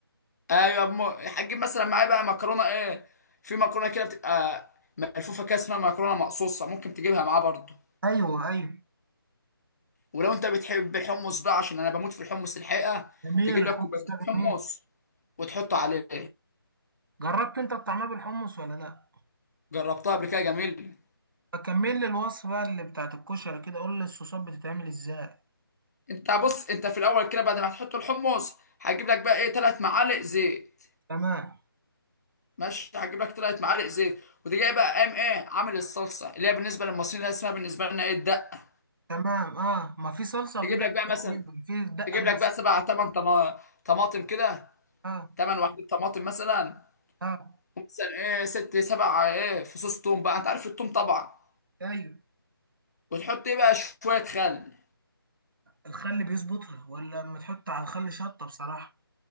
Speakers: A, on the left; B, on the right.
A: ايوه م... هتجيب مثلا معايا بقى مكرونه ايه في مكرونه كده بتبقى ملفوفه كده اسمها مكرونه مقصوصه ممكن تجيبها معاه برضه
B: أيوه أيوه
A: ولو انت بتحب الحمص بقى عشان انا بموت في الحمص الحقيقه
B: جميل
A: تجيب
B: الحمص
A: لك كوبايتين
B: ده
A: حمص
B: جميل
A: وتحطه عليه
B: جربت أنت الطعمية بالحمص ولا لأ؟
A: جربتها قبل كده جميل
B: أكمل لي الوصفة اللي بتاعت الكشري كده قول لي الصوصات بتتعمل إزاي
A: انت بص انت في الاول كده بعد ما تحط الحمص هتجيب لك بقى ايه ثلاث معالق زيت
B: تمام
A: ماشي هتجيب لك ثلاث معالق زيت وتجي بقى قام ايه عامل الصلصه اللي هي بالنسبه للمصريين اللي هي اسمها بالنسبه لنا ايه الدقه
B: تمام أه ما في صلصة
A: تجيب
B: وفي دقة
A: لك بقى
B: تقريبا
A: مثلا
B: في دقة
A: تجيب
B: اللي
A: لك بقى سبع ثمان طماطم كده
B: أه
A: ثمان وحدات طماطم مثلا
B: أه
A: ومثلا ايه ست سبع ايه فصوص توم بقى انت عارف التوم طبعا
B: أيوه
A: وتحط ايه بقى شويه خل
B: الخل بيظبطها ولا لما تحط على الخل شطة بصراحة